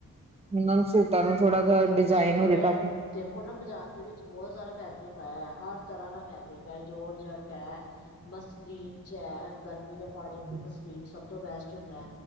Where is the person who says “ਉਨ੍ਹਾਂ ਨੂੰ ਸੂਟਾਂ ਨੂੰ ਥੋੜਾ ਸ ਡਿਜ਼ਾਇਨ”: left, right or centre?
Right